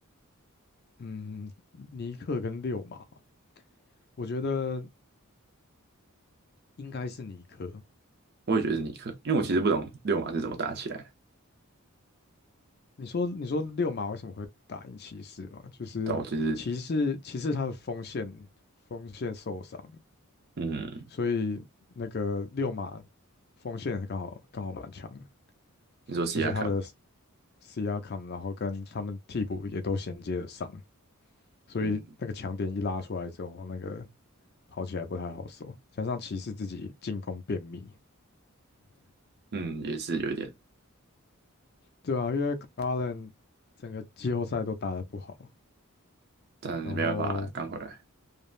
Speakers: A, on the left; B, on the right.
A: 嗯，尼克跟六马，我觉得应该是尼克。
B: 我也觉得是尼克，因为我其实不懂六马是怎么打起来的。
A: 你说你说六马为什么会打赢骑士嘛？就是骑士骑士他的锋线
B: 但我其实，
A: 锋线受伤，
B: 嗯，
A: 所以那个六马锋线刚好刚好蛮强的，
B: 你说西亚卡嘛，
A: 就是他的 C R c k a m 然后跟他们替补也都衔接的上，所以那个强点一拉出来之后，
B: 嗯
A: 那个跑起来不太好守，加上骑士自己进攻便秘，
B: 嗯，也是有一点，
A: 对啊，因为 Garland 整个季后赛都打得不好，
B: 但没办法，
A: 然后
B: 刚回来，